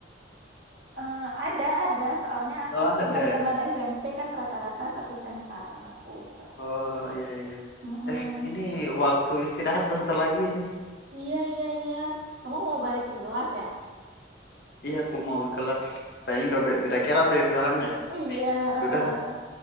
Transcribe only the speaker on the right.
Eh, ada, ada. Soalnya aku
teman-teman
SMP kan rata-rata satu SMA sama aku gitu.
Mm-mm.
Iya, iya, iya. Kamu mau balik ke kelas ya?
Mm-mm.
Iya. eh,
eh, eh.